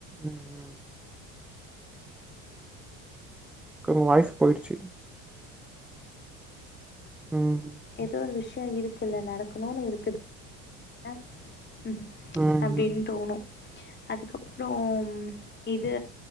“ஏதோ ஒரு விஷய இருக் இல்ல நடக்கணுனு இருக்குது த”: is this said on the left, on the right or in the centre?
Left